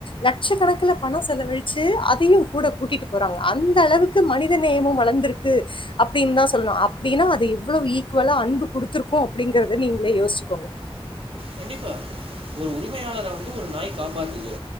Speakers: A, on the left; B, on the right.
A: லட்சக்கணக்குல பணோ செலவழிச்சு அதையு கூட கூட்டிட்டு போறாங்க அந்த அளவுக் கு மனித நேயமு வளந்துருக்கு அப்டின்னுதா சொல்னு அப்டின்னா அது இவ்ளோ ஈக்குவலா அன்பு குடுத்துருக்கு அப்டிங்கறத நீங்களே யோசிச்சுக்கோங்க
B: கண்டிப்பா ஒரு உரிமையாளரா வந்து ஒரு நாய் காப்பாத்துது